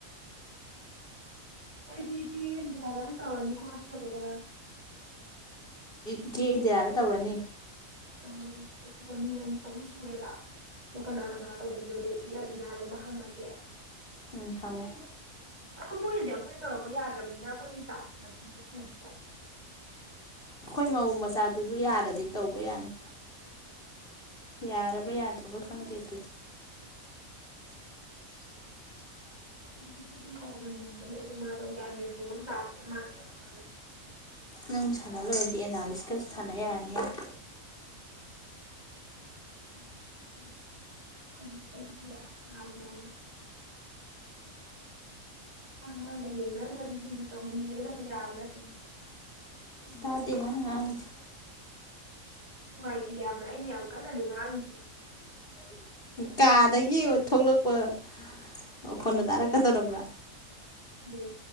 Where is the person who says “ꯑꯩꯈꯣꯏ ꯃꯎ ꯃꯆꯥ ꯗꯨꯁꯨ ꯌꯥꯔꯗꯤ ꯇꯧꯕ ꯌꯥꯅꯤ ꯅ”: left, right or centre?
Left